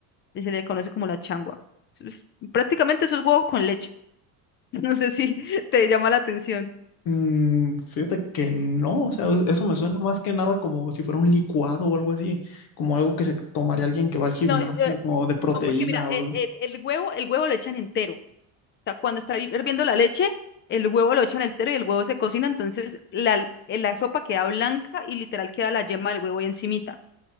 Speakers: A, on the left; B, on the left.
A: y se le conoce como la changua. Eso es- prácticamente eso es huevo con leche. <laughs> No sé si te llama la atención.
B: Mm, fíjate que no, o sea, es- eso me suena más que nada como si fuera un licuado o algo así, como algo que se tomaría alguien que va al gimnasio,
A: No, eh,
B: como de proteína
A: no, porque mira,
B: o
A: eh,
B: algo.
A: el, el huevo, el huevo lo echan entero. sea, cuando está hirviendo la leche, el huevo lo echan entero y el huevo se cocina, entonces la, la sopa queda blanca y literal queda la yema del huevo ahí encimita.